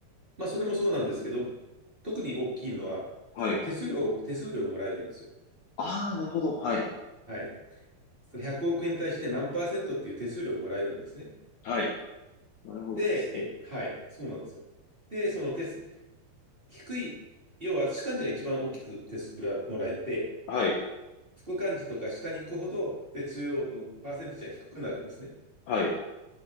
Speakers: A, on the right (about 15°); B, on the left (about 90°).
A: まあ、それもそうなんですけど、特に大きいのは、
B: はい。
A: 手数料、手数料もらえるんですよ。
B: ああ、なるほど。はい。
A: はい。100億円に対して何パーセントっていう手数料もらえるんですね。
B: はい。なるほどですね。
A: で、え、はい、そうなんですよ。で、その手、低い、要は主幹事が一番大きく手数料がもらえて、
B: はい。
A: 副幹事とか下に行くほど手数料のパーセンテージは低くなるんですね。
B: はい。